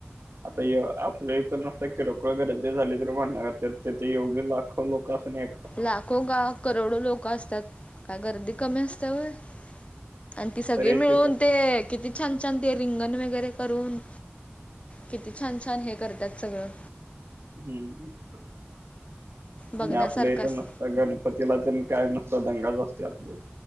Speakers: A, on the right (about 75°); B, on the left (about 30°).
A: आता य आपल्या इथ नुसता किरकोळ गर्दी झाली तरी भांडण काढत्यात तिथं एवढी लाखो लोकं असून या
B: लाखो गा करोडो लोक असत्यात काय गर्दी कमी असतिया वय. आणि ती सगळी
A: तरी
B: मिळून
A: तिथं
B: ते किती छान छान ते रिंगण वगैरे करून किती छान छान हे करत्यात सगळं.
A: हम्म
B: बघण्यासारखं
A: आणि आपल्या इथ
B: अस
A: म आता गणपतीला तेन काय नुसता दंगाच असतोय आपल्या